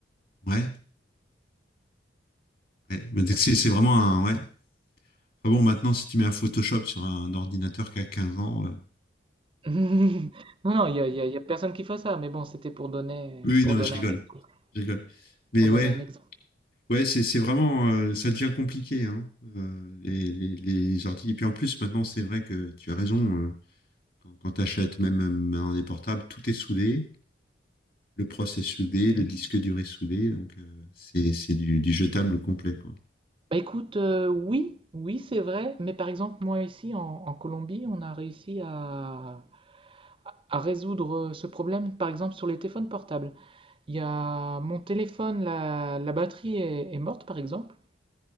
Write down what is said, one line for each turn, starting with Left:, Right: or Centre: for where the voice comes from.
Left: Ouais, ouais. Mais
Right: Donc,
Left: C'est
Right: c'est-
Left: c'est vraiment un ouais. Enfin bon, maintenant si tu mets un Photoshop sur un ordinateur qui a 15 ans. euh,
Right: <laughs> non, non, il y a, il y a- il y a personne qui fait ça, mais bon, c'était pour donner,
Left: Oui, oui,
Right: pour
Left: non, mais
Right: donner
Left: je rigole.
Right: un exemple.
Left: Je rigole. Mais
Right: Pour
Left: ouais,
Right: donner un exemple.
Left: ouais, c'est c'est vraiment, euh, ça devient compliqué, hein, euh, les, les, les ordi. Et puis en plus, maintenant, c'est vrai que tu as raison. euh, quand quand tu achètes même euh, maintenant des portables, tout est soudé. Le processeur est soudé,
Right: Mhm.
Left: le disque dur est soudé. Donc, euh, c'est c'est du, du jetable complet, quoi.
Right: Bah écoute, euh, oui, oui, c'est vrai, mais par exemple, moi ici en, en Colombie, on a réussi à, à résoudre euh, ce problème, par exemple, sur les téléphones portables. Il y a mon téléphone, la, la batterie est, est morte, par exemple.